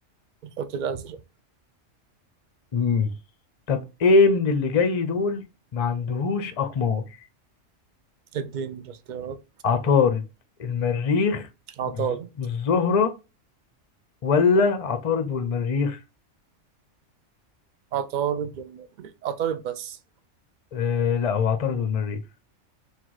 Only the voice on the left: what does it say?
مم. طب ايه من اللي جاي دول ما عندهوش اقمار
عطارد المريخ والز-
والزهرة ولا عطارد والمريخ
آه لا هو عطارد والمريخ